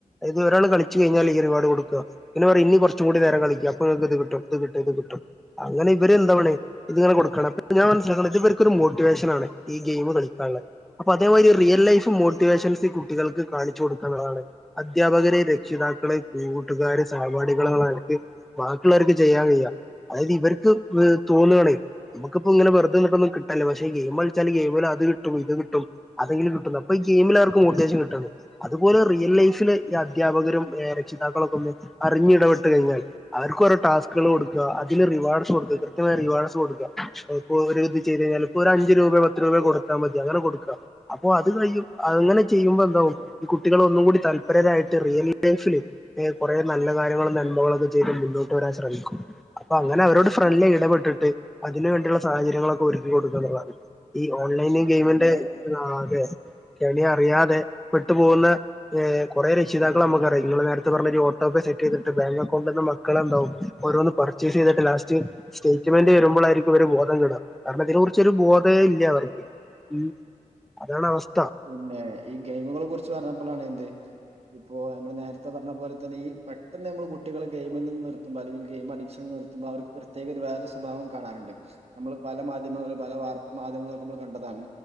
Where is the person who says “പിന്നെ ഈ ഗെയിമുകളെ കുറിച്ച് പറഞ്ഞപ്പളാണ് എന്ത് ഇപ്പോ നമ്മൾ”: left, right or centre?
Right